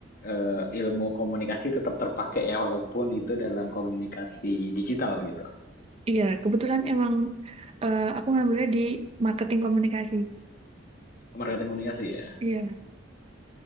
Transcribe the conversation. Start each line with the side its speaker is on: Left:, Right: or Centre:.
Left: eh, ilmu komunikasi tetap terpakai ya walaupun itu dalam komunikasi digital gitu.
Right: Iya, kebetulan emang eh, aku ngambilnya di marketing komunikasi.
Left: Marketing komunikasi ya.
Right: Iya.